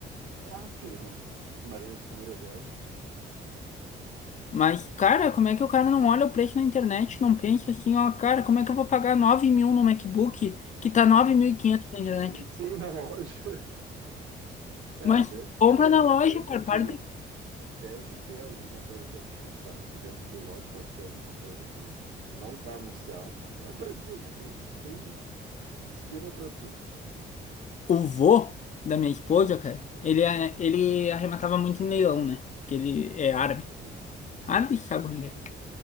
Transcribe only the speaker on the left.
Mas, cara, como é que o cara não olha o preço na internet, não pensa assim, ó, cara, como é que eu vou pagar 9 mil no MacBook que tá 9.500 na internet?
Mas
compra
na loja,
cara.
Para de...
O vô da minha esposa, cara, ele, é- ele arrematava muito em leilão, né? Porque ele é árabe.
Árabe, sabe como
é? que é.